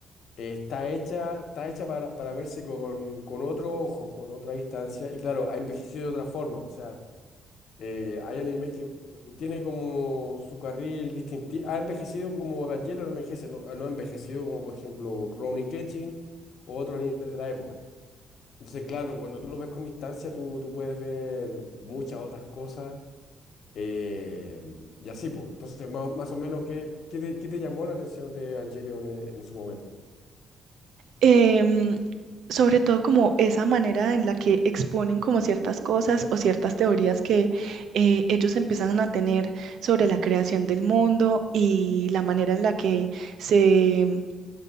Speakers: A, on the left; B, on the right.
A: eh, está hecha, está hecha para, para verse con, con otro ojo, con otra distancia, y claro, ha envejecido de otra forma, o sea, eh, hay animes que eh, tiene como su carril distintivo, ha envejecido como Evangelion no envejece, no, no ha envejecido como por ejemplo Rurouni Kenshin o otro anime de la época. Entonces, claro, cuando tú lo ves con distancia, tú, tú puedes ver muchas otras cosas. eh, y así, pues. Entonces, más, más o menos, ¿qué, qué te, qué te llamó la atención de Evangelion en en su momento?
B: em, sobre todo como esa manera en la que exponen como ciertas cosas o ciertas teorías que eh, ellos empiezan a tener sobre la creación del mundo y la manera en la que se, em,